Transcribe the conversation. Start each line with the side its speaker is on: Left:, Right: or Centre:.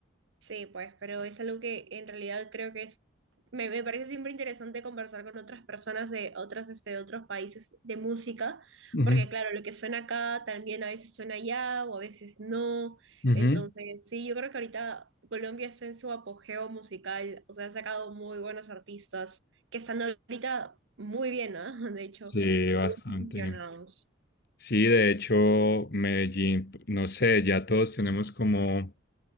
Right: Sí, pues, pero es algo que en realidad creo que es, me, me parece siempre interesante conversar con otras personas de otras, este, de otros países de música,
Left: Ujú,
Right: porque claro, lo que suena acá también a veces suena allá o a veces no.
Left: ujú.
Right: Entonces, sí, yo creo que ahorita Colombia está en su apogeo musical, o sea, ha sacado muy buenos artistas que están ahorita muy bien, ¿ah? <laughs> De hecho,
Left: Sí,
Right: muy
Left: bastante.
Right: bien posicionados.
Left: Sí, de hecho, Medellín, no sé, ya todos tenemos como...